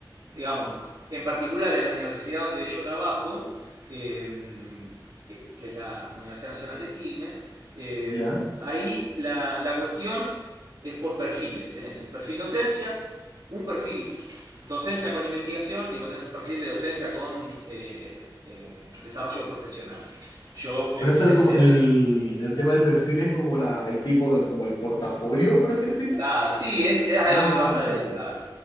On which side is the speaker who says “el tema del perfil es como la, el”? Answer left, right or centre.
Left